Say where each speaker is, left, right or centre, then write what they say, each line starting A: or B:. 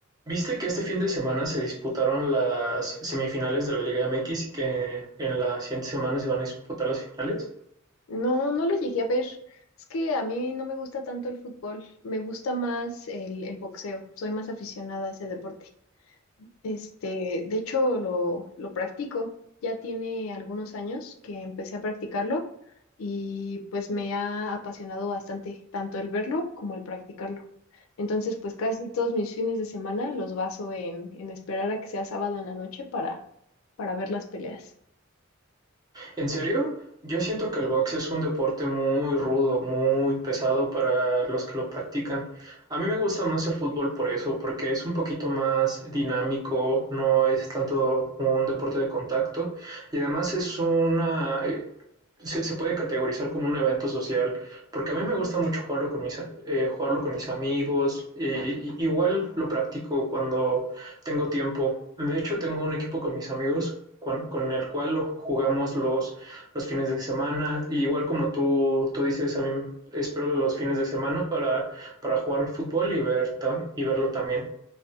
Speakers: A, on the right; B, on the left.
A: Viste que este fin de semana se disputaron las semifinales de la Liga MX y que en la siguiente semana se van a disputar las finales.
B: No, no lo llegué a ver. Es que a mí no me gusta tanto el fútbol, me gusta más el, el boxeo, soy más aficionada a ese deporte. Este, de hecho, lo, lo practico, ya tiene algunos años que empecé a practicarlo y pues me ha apasionado bastante, tanto el verlo como el practicarlo. Entonces, pues casi todos mis fines de semana los baso en, en esperar a que sea sábado en la noche para, para ver las peleas.
A: ¿En serio? Yo siento que el box es un deporte muy rudo, muy pesado para los que lo practican. A mí me gusta más el fútbol por eso, porque es un poquito más dinámico, no es tanto un deporte de contacto y además es una se, se puede categorizar como un evento social, porque a mí me gusta mucho jugarlo con mis, eh, jugarlo con mis amigos, y, y- igual lo practico cuando tengo tiempo. De hecho, tengo un equipo con mis amigos con, con el cual lo jugamos los, los fines de semana, y igual como tú, tú dices, a mí espero los fines de semana para, para jugar fútbol y, ver, y verlo también.